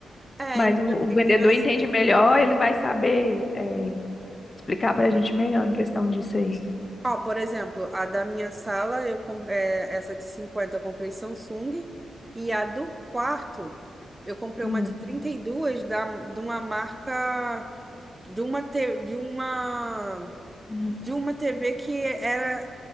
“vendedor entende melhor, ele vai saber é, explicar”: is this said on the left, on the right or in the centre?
Left